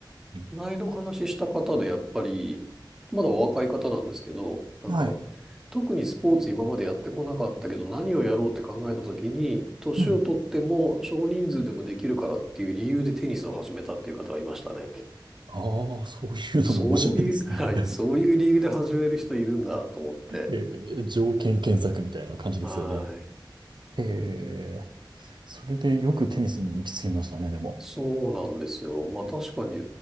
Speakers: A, on the right; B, in the centre.
A: うん
B: この間お話しした方で、やっぱり、まだお若い方なんですけど、なんか、
A: はい。
B: 特にスポーツ今までやってこなかったけど、何をやろうって考えた時に、年を取っても少人数でもできるからっていう理由でテニスを始めたっていう方がいましたね。
A: うん。ああ、そういうのも面白いですね。
B: そういう、<laughs> はい、
A: <laughs>
B: そういう理由で始める人いるんだと思って。
A: えー条件検索みたいな感じですよね。
B: はい。
A: ええ、それでよくテニスに行き着きましたね、でも。
B: そうなんですよ。まあ確かに、